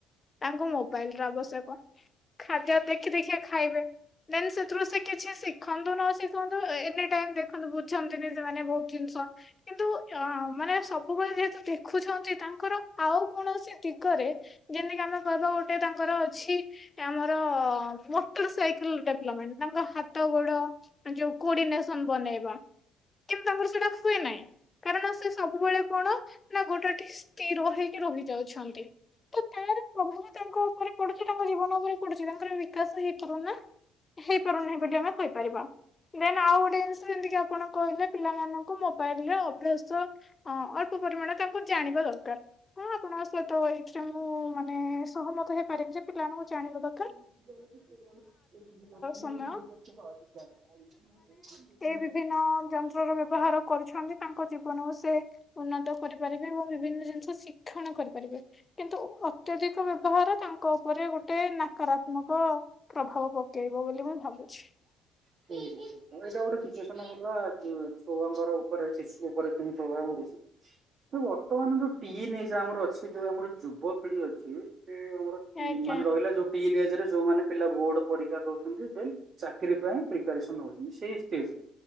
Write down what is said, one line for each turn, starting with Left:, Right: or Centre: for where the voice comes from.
Left: ତାଙ୍କୁ ମୋବାଇଲ୍ ର ଆବଶ୍ୟକ, ଖାଦ୍ୟ ଦେଖି ଦେଖିଆ ଖାଇବେ। ଦେନ୍ ସେଥିରୁ ସେ କିଛି ଶିଖନ୍ତୁ ନ ଶିଖନ୍ତୁ ଅ, ଏନି ଟାଇମ୍ ଦେ ଖନ୍ତି, ବୁଝନ୍ତିନି ସେମାନେ ବହୁତ ଜିନିଷ, କିନ୍ତୁ ଅଁ, ମାନେ ସବ ବୁବେଳେ ଯେହେତୁ ଦେଖୁଛନ୍ତି ତାଙ୍କର ଆଉ କୌଣସି ଦିଗରେ ଯେମତି କି ଆମେ କହିବା ଗୋଟେ ତାଙ୍କର ଅଛି ଏ ଆମର ମଟର ସାଇକେଲ ଟା ପିଲାମାନ ତାଙ୍କ ହାତ ଗୋଡ ଯୋଉ କୋଡିନେସନ୍ ବନେଇ ବା କିନ୍ତୁ ତାଙ୍କର ସେଇଟା ହୁଏ ନାହିଁ। କାରଣ ସେ ସବୁବେଳେ କଣ ନା ଗୋଟେ ଠି ସ୍ଥିର ହେଇକି ରହି ଯାଉଛନ୍ତି। ତ ତା ମାନେ ପ୍ରଭାବ ତାଙ୍କ ଉପରେ ପଡୁଛି, ତାଙ୍କ ଜୀବନ ଉପରେ ପଡୁଛି, ତାଙ୍କର ବିକାଶ ହେଇପାରୁ ନା। ହେଇପାରୁ ନାହିଁ ବୋଲି ଆମେ କହିପାରିବା। ଦେନ୍ ଆଉ ଗୋଟେ ଜିନିଷ ଷ ଯେମିତିିକି ଆପଣ କହିଲେ ପିଲାମାନଙ୍କୁ ମୋବାଇଲ୍ ରେ ଅଭ୍ୟାସ ସୋ ଅଁ, ଅଳ୍ପ ପରିମାଣ ତାଙ୍କୁ ଜାଣିବା ଦରକାର। ହଁ ଆପଣଙ୍କ ସହିତ ଏଇଥିରେ ମୁଁ ମାନେ ସହମତ ହେଇପାରିବି ଯେ ପିଲାମାନଙ୍କୁ ଜାଣିବା ଦର୍
Right: <inaudible>
Left: ସମୟ ଏ ବିଭିନ୍ନ ଯନ୍ତ୍ର ର ବ୍ୟବହାର କରୁଛନ୍ତି ତାଙ୍କ <unintelligible> ମାନଙ୍କୁ ସେ ଉନ୍ନତ କରିପାରିବେ ଏବଂ ବିଭିନ୍ନ ଜିନିଷ ଶିକ୍ଷଣ କରିପାରିବେ। କିନ୍ତୁ ଅତ୍ୟଧିକ ବ୍ୟବହାର ତାଙ୍କ ଉପରେ ଗୋଟେ ନକାରାତ୍ମକ ପ୍ରଭାବ ପକେଇବ ବୋଲି ମୁଁ ଭାବୁଛି।
Right: <inaudible> ମୁଁ ଏଇଟା ଗୋଟେ ସିଚୁଏସନ୍ ହେଲା ଯେ ଛୁଆଙ୍କର ଉ ଉପରେ ଶିଶୁ ଉପରେ <unintelligible> ପ୍ରଭାବ ପଡୁଛି ଏ ବର୍ତ୍ତମାନ ଯୋଉ ଟିନି ଏଜ୍ ଆମର ଅଛି, ଯୋଉ ଆମର ଯୁବପିଢି ଅଛି, ସେ ଆମର ଉଁ,
Left: ଆଜ୍ଞା
Right: ମାନେ ରହିଲା ଯୋଉ ଟିନି ଏଜ୍ ରେ ଯୋଉମାନେ ପିଲା ବୋର୍ଡ ପରୀକ୍ଷା ଦଉଛନ୍ତି ଦେନ୍ ଚାକିରି ପାଇଁ ପ୍ରିପାରେସନ୍ ହଉଛନ୍ତି ସେଇ ଷ୍ଟେଜ୍ ରେ